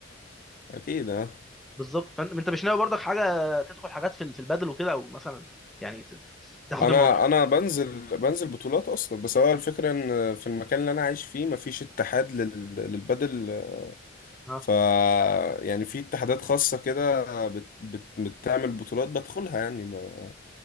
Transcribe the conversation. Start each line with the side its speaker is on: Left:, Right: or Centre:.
Left: أكيد أه
Centre: بالظبط فانت انت مش ناوي برضك حاجه تدخل حاجات في ال- في البدل وكده او مثلا يعني ت- تاخد
Left: انا
Centre: الموضوع بقى
Left: انا بنزل بنزل بطولات اصلا بس هو الفكره ان في المكان اللي انا عايش فيه مفيش اتحاد لل... للبدل
Centre: اه
Left: ف يعني في اتحادات خاصه كده بت... بت... بتعمل بطولات بدخلها يعني ما...